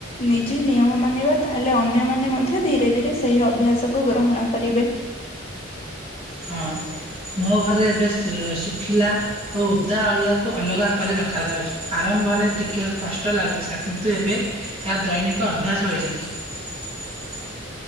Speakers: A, on the left (about 30°); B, on the right (about 30°).
A: ନିଜେ ନିୟମ ମାନିବା ତାହେଲେ ଅନ୍ୟମାନେ ମଧ୍ୟ ଧୀରେ ଧୀରେ ସେ ସେହି ଅଭ୍ୟାସକୁୁ ଗ୍ରହଣ କରିବେ।
B: ହଁ। ମୋ ଘରେ ଏବେ ଶୁ ଶୁଖିଲା ଓ ଓଦା ଅଳିଆକୁ ଅଲଗା କରି ରଖାଯାଉଛି ଆରମ୍ଭରେ ଟିକେ କଷ୍ଟ ଲାଗୁଥିଲା କିନ୍ତୁ ଏବେ ଏହା ଦୈନିକ ଅଭ୍ୟାସ ହୋଇଯାଇଛି। <inaudible>